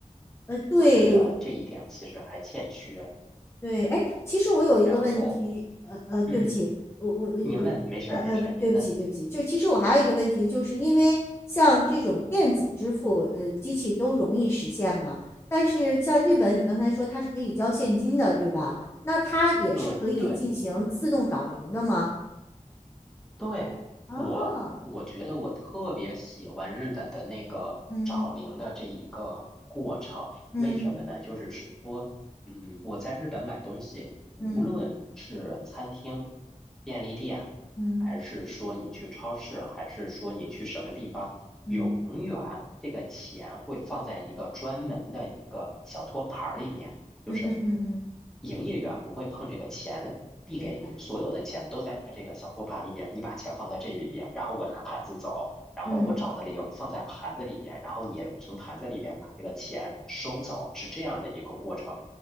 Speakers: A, on the left (about 20°); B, in the centre.
A: 呃，对，
B: 我觉得这一点其实还欠缺。
A: 对，哎，其实我有一个问题，
B: 然后，
A: 呃呃，对不起，
B: 嗯，
A: 我我我呃呃，
B: 您问，没事儿没事儿，您问。
A: 对不起对不起，就其实我还有一个问题，就是因为像这种电子支付，呃，机器都容易实现嘛，但是像日本，你刚才说它是可以交现金的，对吧？那它也是可以进行自动找零的吗？
B: 对对对，
A: 哦，
B: 我我觉得我特别喜欢日本的那个找零的这一个过程，
A: 嗯嗯
B: 为什么呢？就是说。嗯，我在日本买东西，无论是餐厅、
A: 嗯
B: 便利店，
A: 嗯
B: 还是说你去超市，还是说你去什么地方，
A: 嗯
B: 永远这个钱会放在一个专门的一个小托盘儿里面，就是
A: 嗯嗯嗯嗯，
B: 营业员不会碰这个钱递给你，
A: 明白，
B: 所有的钱都在这个小托盘里边，你把钱放在这里边，然后我拿盘子走，然后我找的零放在盘子里边，
A: 嗯，
B: 然后你从盘子里边把这个钱收走，是这样的一个过程。